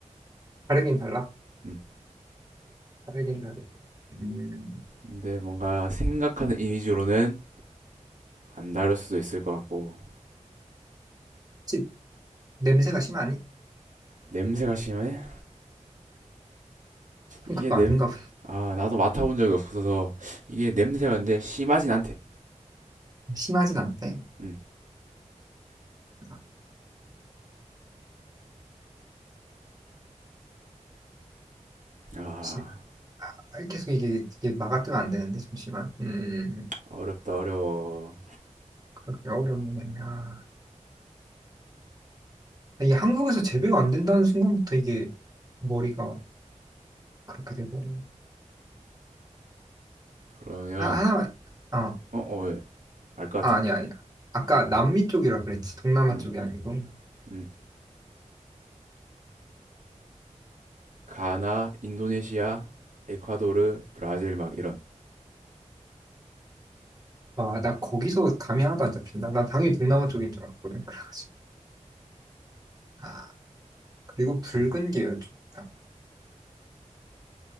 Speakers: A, on the right; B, on the right.
A: 다르긴 달라.
B: 음,
A: 다르긴 다르지. 음,
B: 근데 뭔가 생각하는 이미지로는 안 다를 수도 있을 것 같고
A: 혹시 냄새가 심하니?
B: 냄새가 심해?
A: 그럼
B: 이게
A: 그거
B: 냄...
A: 아닌가 보다.
B: 아 나도 맡아본 적이 없어서 이게 냄새가 근데 심하진 않대
A: 심하진 않대.
B: 음.
A: 아,
B: 아
A: 심- 아, 계속 이게, 이게 막아뜨면 안 되는데, 잠시만. 음, 음, 음.
B: 어렵다 어려워
A: 그렇게 어렵네. 아, 이게 한국에서 재배가 안 된다는 순간부터 이게 머리가 그렇게 돼버려.
B: 그러면
A: 아, 하나만, 어,
B: 어? 어? 왜? 알 것
A: 아,
B: 같아?
A: 아니야, 아니야. 아까 남미 쪽이라 그랬지. 동남아
B: 음,
A: 쪽이 아니고.
B: 음. 가나, 인도네시아, 에콰도르, 브라질 막 이런
A: 아, 나 거기서 감이 하나도 안 잡힌다. 난 당연히 동남아 쪽인 줄 알았거든. 그래가지고. 아, 그리고 붉은 게열쪽이다